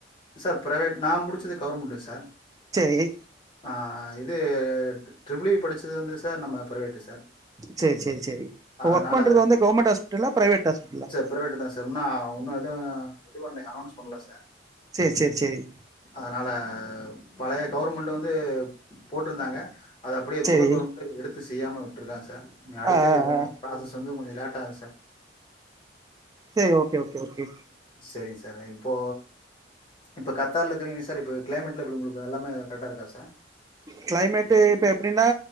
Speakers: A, on the left; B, on the right.
A: சார் ப்ரைவேட் நா முடுச்சது கவர்மெண்ட்டு சார்
B: சேரி
A: ஆ இது ட்ரிபிள்இ படிச்சது வந்து சார் நம்ம பிரைவேட்டு சார்
B: சேர் சேர் சேரி இப்ப
A: அதனால
B: ஒர்க் பண்றது வந்து கவர்மெண்ட் ஹாஸ்பிடலா பிரைவேட் ஹாஸ்பிடலா
A: பிரைவேட்டு தா சார் இன்னு இன்னு எது இது பண்ணல அனொன்ஸ் பண்ல சார்
B: சேர் சேர் சேரி
A: அதனால பழைய கவர்மெண்டு வந்து போட்ருந்தாங்க அது அப்டியே
B: சரி
A: புது கவர்மெண்டு எடுத்து செய்யாம உட்டுருக்கா சார் அடுத்து
B: ஆ ஆ
A: இது
B: ஆ
A: ப்ராசஸ் வந்து கொஞ்ச லேட்டாகு சார்
B: சேர் ஓகே ஓகே ஓகே
A: சேரிங் சார் இப்போ இப்ப கத்தார்ல இருக்கீங்க சார் இப்ப கிளைமேட் லா எப்டி உங்களுக்கு எல்லாமே கரெக்டா இருக்கா சார்
B: கிளைமேட்டே இப்ப எப்டின்னா